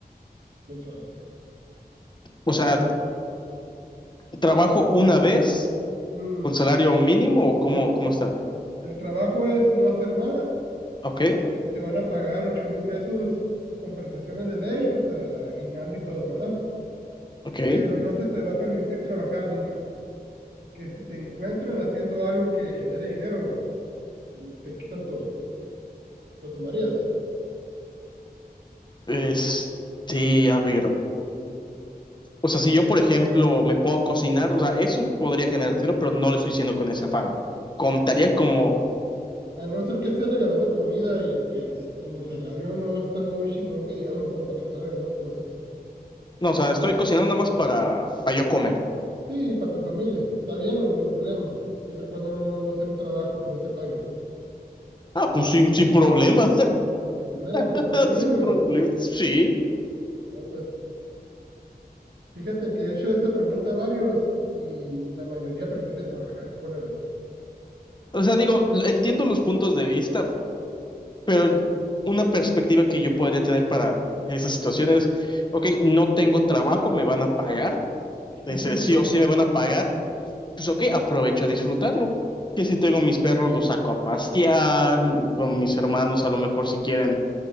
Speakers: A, on the right; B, on the left.
A: mensuales.
B: O sea, ¿trabajo
A: O sea,
B: una vez
A: mm,
B: con salario mínimo o cómo,
A: no,
B: cómo está?
A: el trabajo es no hacer nada,
B: Ok,
A: o sea, te, te van a pagar ocho mil pesos con prestaciones de ley, o sea, aguinaldo y todo, ¿verdad?
B: ok.
A: Pero no se te va a permitir trabajar nunca, que si te encuentran haciendo algo que genere dinero, mm, te quitan todo, lo tomarías.
B: Es, sí, a ver. O sea, si yo, por ejemplo, me pongo a cocinar, o sea, eso podría generar dinero, pero no lo estoy haciendo con ese afán. Contaría
A: Eh,
B: como,
A: A no ser que estés regalando comida y pues tu salario no está muy chingón que digamos como para que estés regalando cosas.
B: no, o sea, estoy cocinando nada más para, para yo comer.
A: Sí, para tu familia, está bien, no, no hay problema. Siempre y cuando no, no sea un trabajo que no te pague.
B: Ah, pues sin, sin problema,
A: Sin problema,
B: <laughs>
A: por salario
B: sin
A: mínimo.
B: problema, sí.
A: No, pues fíjate que he hecho esa pregunta a varios y la mayoría prefiere trabajar, ¿cómo la ves?
B: O sea, digo, entiendo los puntos de vista, pero una perspectiva que yo podría tener para esas situaciones, ok, no tengo trabajo, me van a pagar,
A: <laughs>
B: ese sí o sí me van a pagar pues ok, aprovecho a disfrutarlo. Que si tengo mis perros, los saco a pastear, m- con mis hermanos a lo mejor si quieren,